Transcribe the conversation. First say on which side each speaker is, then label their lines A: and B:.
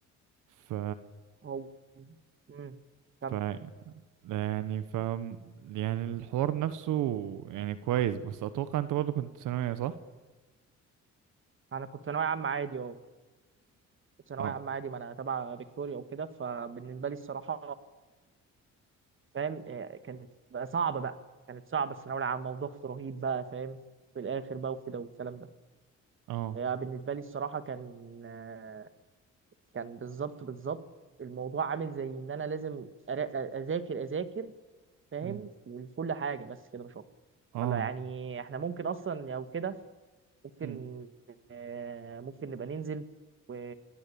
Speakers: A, on the right; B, on the right.
A: ف
B: هو امم
A: ف
B: كم كم
A: يعني ف يعني الحوار نفسه يعني كويس بس اتوقع انت برضه كنت ثانوية صح؟
B: انا كنت ثانوية عامة عادي اه كنت ثانوية
A: اه
B: عامة عادي ما انا تبع فيكتوريا وكده فبالنسبة لي الصراحة فاهم إيه، كانت بقى صعبة بقى كانت صعبة الثانوية العامة وضغط رهيب بقى فاهم في الآخر بقى وكده والكلام ده
A: اه
B: يعني بالنسبة لي الصراحة كان آه، كان بالظبط بالظبط الموضوع عامل زي ان انا لازم أرا- اذاكر اذاكر فاهم
A: مم.
B: وكل حاجة بس كده مش اكتر
A: اه
B: ولا يعني احنا ممكن اصلا او كده ممكن
A: مم.
B: آه، ممكن نبقى ننزل و...